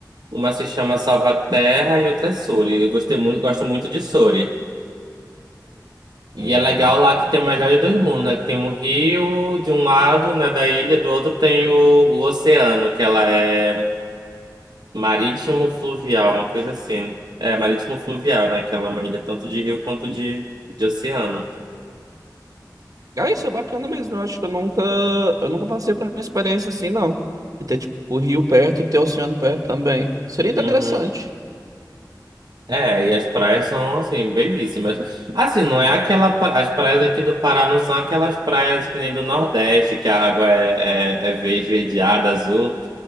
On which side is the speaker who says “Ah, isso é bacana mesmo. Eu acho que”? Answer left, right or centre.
Right